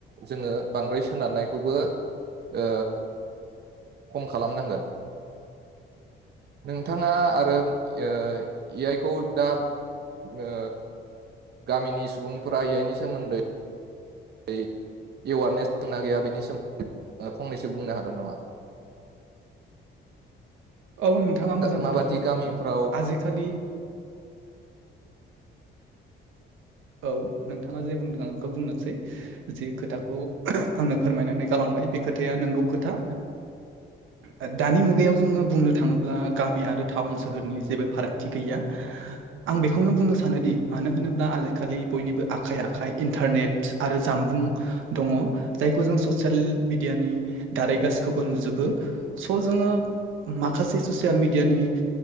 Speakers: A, on the right; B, on the right.
A: जोङो बांद्राय सोनारनायखौबो ओ खम खालामनांगोन नोंथाङा आरो ओ ए आइखौ दाब ओ गामिनि सुबुंफोरा ए आइनि सोमोन्दै दै इवारनेस दंना गैया बेनि सोमोन्दै फंनैसो बुंनो हागोन नामा?
B: औ नोंथाङा मोजां
A: माबादि
B: खोथाखौनो
A: गामिफ्राव
B: बुंदों आजिखालि औ नोंथाङा जे बुंदों आं खौ बुंनोसै जे खोथाखौ आंनो फोरमायनानै गालां बाय बे खोथाया नोंगौ खोथा ओ दानि मुगायाव जोङो बुंनो थाङोब्ला गामि आरो टाउन सोहोरनि जेबो फारागथि गैया। आं बिखौनो बुंनो सानोदि मानो होनोब्ला आजि खालि बयनिबो आखाइ आखाइ इन्टारनेट आरो जामबुं दङ जायखौ जों ससियेल मिदियानि दारै गासिखौबो नुजोबो स' जोङो माखासे ससियेल मिडियानि